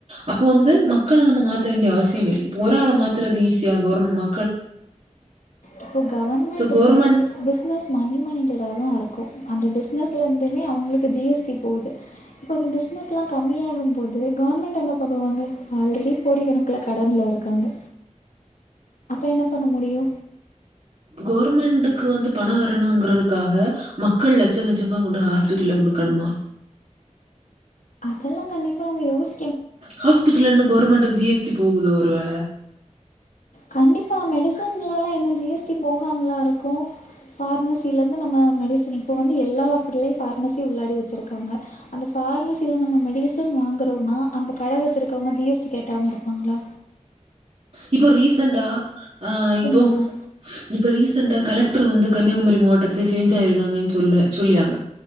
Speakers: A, on the right; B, on the left.
A: அப்போ வந்து மக்கள நம்ம மாத்த வேண்டிய அவசியமில்லே இப்பொரால மாத்துரது ஈசி யாகொர்மா
B: இப்போ கவர்மண்ட்டுமே
A: ஸோ கவர்மெண்ட்
B: பிஸ்னஸ் மனி மைண்டட் தாதா இருக்கு அந்த பிஸ்னஸ்லிர்ந்துமே அவுங்களுக்கு ஜி எஸ் டி போது இப்பந்த பிஸ்னஸ்லா கம்மி யாகும் போது கவுர்மண்ட் என்ன பண்ணுவாங்க ஆல்ரெடி கோடிகணக்குல கடன்ல இருக் காங்க அப்ப என்ன பண்ண முடியு
A: கொவுர்மண்டுக்கு வந்து பண வரணுங்குறதுக்காஹ மக்கள் லட்ச லட்ச்சமா கொண்டு ஹாஸ்பிட்டல்ல குடுக்கணுமா
B: அதல்லா கண்டிப்பா அவுங்க யோஸ்
A: ஹாஸ்பிட்டலின்னு கொவுர்மண்டுக்கு ஜி எஸ் டி போகுதோ ஒரு வேல
B: கண்டிப்பா மெடிசன்லலா என்ன ஜி எஸ் டி போஹாம்லா இருக்கு ஃபார்மெசிலிருந்து நம்ம மெடிசன் இப்போ வந்து எல்லா ஹாஸ்பிடல்லையு ஃபார்மசி உள்ளாடி வெச்சிருக்காங்க அந்த ஃபார்மசில நம்ம மெடிசன் வாங்குறோன்னா அந்த கட வெச்சிருக்கவுங்க ஜி எஸ் டி கேக்காம இருப்பாங்ளா
A: இப்போ ரீசண்டா ஆ இப்போ
B: தானே
A: இப்ப ரீசண்டா கலக் ட்ரு வந்து கன்னியாகுமாரி மோவட்டத்துல ச்சேஞ்ச் ஆயிருக்காங்கன் சொல்ல சொல்லியாங்க